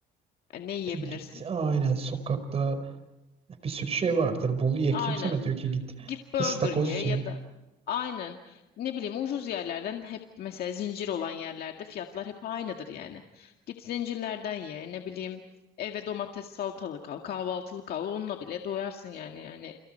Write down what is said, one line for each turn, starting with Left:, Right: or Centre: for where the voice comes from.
Left: E, Ne yiyebilirsin?
Right: E git aynen sokakta bir sürü şey
Left: Y-
Right: vardır. Bolu ye
Left: Aynen
Right: kim sana diyor ki git
Left: Git burger
Right: ıstakoz
Left: ye
Right: ye.
Left: ya da aynen ne bileyim ucuz yerlerden hep mesela zincir olan yerlerde fiyatlar hep aynıdır yani. Git zincirlerden ye ne bileyim eve domates salatalık al kahvaltılık al onunla bile doyarsın yani yani